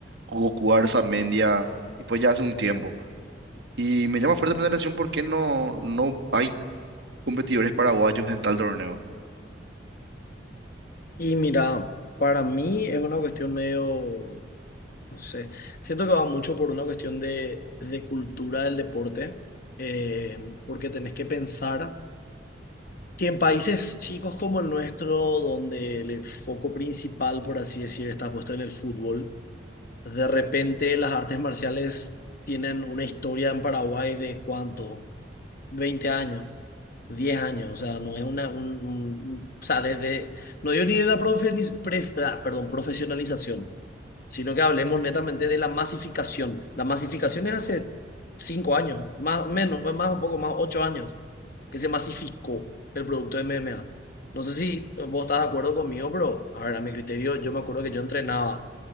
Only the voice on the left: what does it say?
Y mira, para mí es una cuestión medio, no sé, siento que va mucho por una cuestión de, de cultura del deporte, eh, porque tenés que pensar que en países chicos como el nuestro, donde el foco principal, por así decir, está puesto en el fútbol, de repente las artes marciales tienen una historia en Paraguay de cuánto, 20 años. diez años, o sea, no es una, un, un- un- o sea, desde, no digo ni de la profe- pre- ah, perdón, profesionalización, sino que hablemos netamente de la masificación. La masificación es hace 5 años, más, menos, más un poco más, 8 años, que se masificó el producto de MMA. No sé si vos estás de acuerdo conmigo, pero, a ver, a mi criterio, yo me acuerdo que yo entrenaba